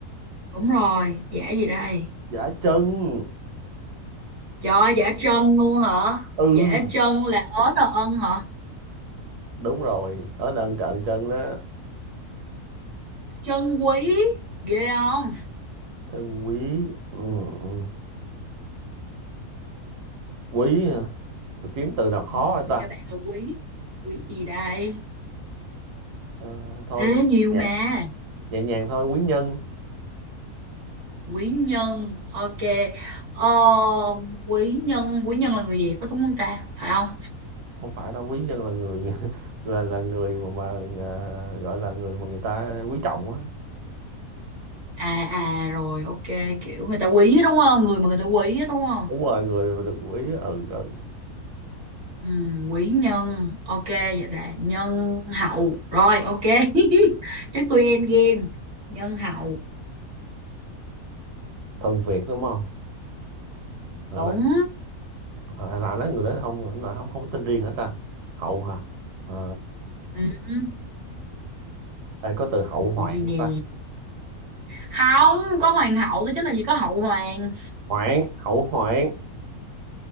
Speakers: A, on the right; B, on the right.
A: đúng rồi giả gì đây
B: giả chân
A: trời ơi, giả trân luôn hả
B: ừ
A: giả trân là ớn là ân hả
B: đúng rồi ở nâng trận chân đó
A: trân quý ghê không
B: chân quý ừ, ừ. quý hả? Được kiếm từ nào khó
A: ừ,
B: hả
A: bây
B: ta
A: giờ bạn là quý quý gì đây
B: Ờ, thôi
A: ế nhiều
B: nhẹ
A: mà
B: nhẹ nhàng thôi quý nhân
A: quý nhân ok ờ, quý nhân quý nhân là người đẹp đó đúng không ta phải không
B: không phải đâu quý nhân là người <laughs> là là người mà mà à, gọi là người mà người ta quý trọng á
A: à à rồi ok kiểu người ta quý á, đúng không người mà người ta quý á, đúng không
B: đúng rồi người mà được quý ừ, ừ.
A: Ừ, quý nhân ok vậy là nhân hậu rồi ok <laughs> chắc tôi end game nhân hậu
B: thần Việt đúng không hồi
A: đúng
B: nãy hồi nãy nói người đó không không không có tên riêng hả ta hậu hả Ờ,
A: ừ.
B: đây có từ hậu hoạn
A: Vụ gì
B: không
A: nè
B: ta
A: không có hoàng hậu tôi chứ làm gì có hậu hoàng
B: hoạn hậu hoạn